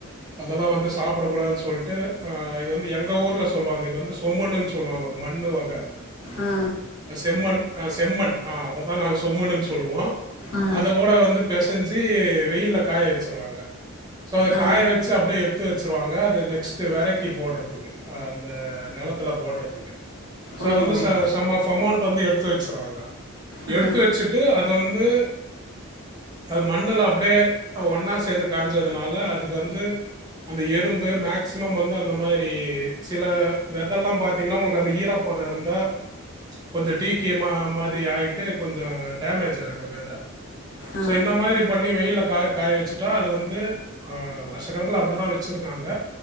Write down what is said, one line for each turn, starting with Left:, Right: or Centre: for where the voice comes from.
Right: அதெல்லா வந்து சாப்டக் கூடாதுன் சொல்ட்டு அன் இத வந்து எங்க ஊர்ல சொல்லுவாங்க இத வந்து சொமனு சொல்லுவாங்க ஒரு மண்ணு வக அது
Left: ஆ,
Right: அது செம்மன் அ செம்மன் ஆ அததான் நாங்க சொமன்னு சொல்லுவோ
Left: ஆ,
Right: அத கூட வந்து பெசஞ்சி வெயில்ல காய வச்சிருவாங்க சோ அத
Left: ஆ.
Right: காய வச்சி அப்படியே எடுத்து வச்சிருவாங்க அது நெக்ஸ்ட் வெரைக்கி போடுறதுக்கு அந்த நிலத் நிலத்தில போடறதுக்கு சோ
Left: ஓ!
Right: அது வந்து ச சம் ஆஃப் அமௌண்ட் வந்து எடுத்து வச்சுருவாங்க
Left: ஆ
Right: எடுத்து வச்சிட்டு அது வந்து அது மண்ணுல அப்படியே ஒன்னா சேர்ந்து காஞ்சதுனால அது வந்து அந்த எறும்பு மேக்சிமம் வந்து அந்த மாதிரி சில வெதல்லாம் பார்த்திங்கன்னா உங்களுக்கு அந்த ஈரப்பு போதும் இருந்தா கொஞ்சோ டிகே மா மாதிரி ஆயிட்டு கொஞ்சோ டேமேஜ் ஆகிருங்க அதா
Left: ஆ
Right: சோ இந்த மாதிரி பண்ணி வெயில்ல காய காய வெச்சிட்டா அது வந்து ஆ வருஷ கணக்குல அப்படித்தா வச்சிருக்காங்க